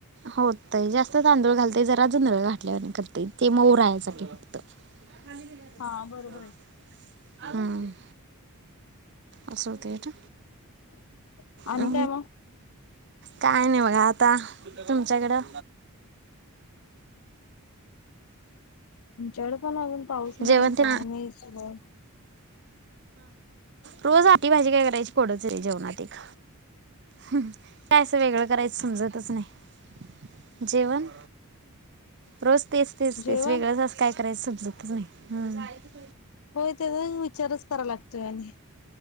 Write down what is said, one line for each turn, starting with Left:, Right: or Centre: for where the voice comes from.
Right: होतय जास्त तांदूळ घालतय जरा <unintelligible> ते मउ राहन्यासाठी फक्त. ख
Left: हा बरोबर आहे
Right: हम्म असूतेट
Left: <inaudible> आणि
Right: अ
Left: काय मग
Right: काय नाही बघा आता आता तुमच्याकडं
Left: च्याड पणग पाऊस नाही
Right: जेवण ते
Left: काय नाही सय
Right: रोजा पोळी भाजी काय करायची पडच रे जेवणत एक हम्म काय असं वेगळं करायचं समजतच नाही जेवण रोज तेच तेच
Left: जेवण
Right: तेच वगळं काय करायचं समजत नाही हम्
Left: होय त्याचा विचारच करा लागतोय आणि